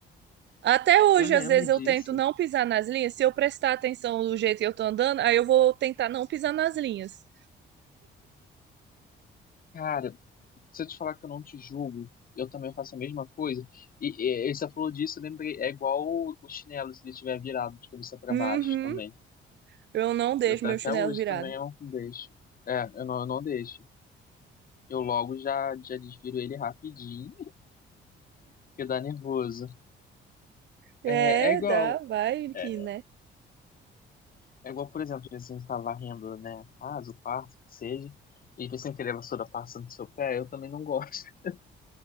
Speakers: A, on the right; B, on the left.
A: Até hoje,
B: Eu lembro
A: às vezes,
B: disso.
A: eu tento não pisar nas linhas. Se eu prestar atenção do jeito que eu tô andando, aí eu vou tentar não pisar nas linhas.
B: Cara, se eu te falar que eu não te julgo, eu também faço a mesma coisa. E, e, e você falou disso, eu lembrei, é igual o, o chinelo se ele estiver virado de cabeça para
A: Uhum,
B: baixo também.
A: eu não deixo
B: Eu, tá-
A: meu
B: até
A: chinelo
B: hoje
A: virado.
B: também eu não deixo. É, eu não, eu não deixo. Eu logo já, já desviro ele rapidinho, porque dá nervoso.
A: É,
B: É, é igual,
A: dá, vai
B: é,
A: que, né?
B: é igual, por exemplo, se a gente tá varrendo, né, a casa, o quarto, que seja, e você querer a vassoura passa no seu pé, eu também não gosto. <laughs>